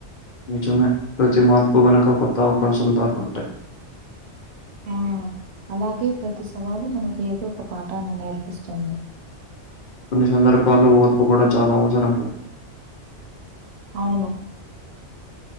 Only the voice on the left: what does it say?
నిజమే ప్రతి మార్పు వెనుక కొత్త అవకాశాలు దాగి ఉంటాయి.
కొన్ని సందర్బాలో ఓర్పు కూడా చాలా అవసరంగా